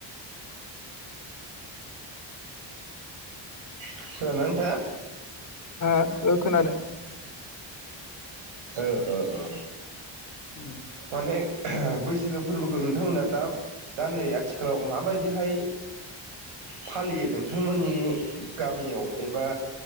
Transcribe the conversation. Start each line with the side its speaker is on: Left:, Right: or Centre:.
Right: खोनादों ना नोंथाङा।
Left: हा ओ खोनादों।
Right: ओ ओ ओ।
Left: औ
Right: माने बैसागो फोरबोखौ नोंथांमोना दा दा नै आथिखालाव माबायदिहाय फालियो नोंथांमोननि गामियाव एबा